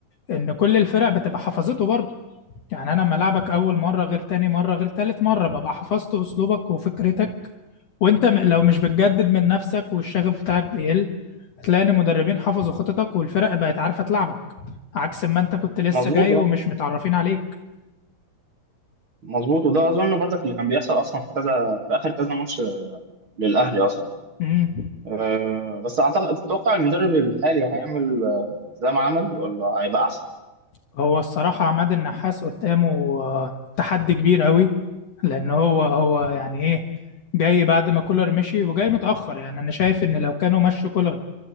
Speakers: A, on the left; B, on the right.
A: ان كل الفرق بتبقى حفظته برضه يعني انا لما العبك اول مره غير تاني مره غير تالت مره ببقى حفظت اسلوبك وفكرتك وانت م- لو مش بتجدد من نفسك والشغف بتاعك بيقل هتلاقي ان المدربين حفظوا خططك والفرق بقت عارفه تلعبك عكس ما انت كنت لسه
B: مظبوط
A: جاي
B: اه
A: ومش متعرفين عليك
B: مظبوط وده أظن برضك اللي كان بيحصل أصلا في كذا في آخر كذا ماتش للأهلي أصلا
A: امم
B: أه بس أعتقد تتوقع المدرب الحالي هيعمل آه، زي ما عمل ولا هيبقى أحسن؟
A: هو الصراحه عماد النحاس قدامه آه، تحدي كبير قوي لان هو هو يعني ايه جاي بعد ما كولر مشي وجاي متاخر يعني انا شايف ان لو كانوا مشوا كولر